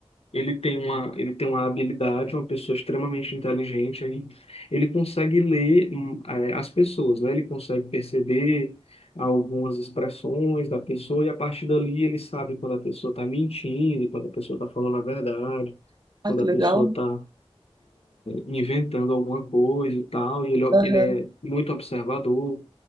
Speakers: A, on the left; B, on the right.
A: Ele tem uma, ele tem uma habilidade, uma pessoa extremamente inteligente aí. Ele consegue ler, hum, eh, as pessoas, né? Ele consegue perceber algumas expressões da pessoa e a partir dali ele sabe quando a pessoa está mentindo, quando a pessoa está falando a verdade,
B: Ai,
A: quando
B: que
A: a pessoa
B: legal.
A: está inventando alguma coisa e tal. E ele,
B: Aham.
A: ele é muito observador